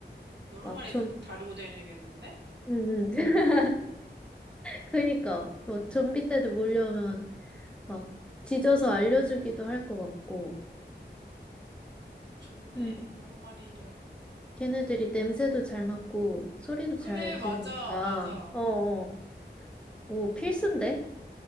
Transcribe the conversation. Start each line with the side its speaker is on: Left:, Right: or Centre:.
Right: 여러
Centre: 막
Right: 마리
Centre: 좀,
Right: 다리고 다니겠는데?
Centre: 음, 음. <laughs> 그니까, 그 좀비 때도 몰려오면, 막 짖어서 알려주기도 할 것 같고,
Right: 좋은데
Centre: 음,
Right: 여러 마리를.
Centre: 걔네들이 냄새도 잘 맡고 소리도 잘
Right: 그래,
Centre: 들으니까,
Right: 맞아, 맞아.
Centre: 어, 어, 뭐 필수인데?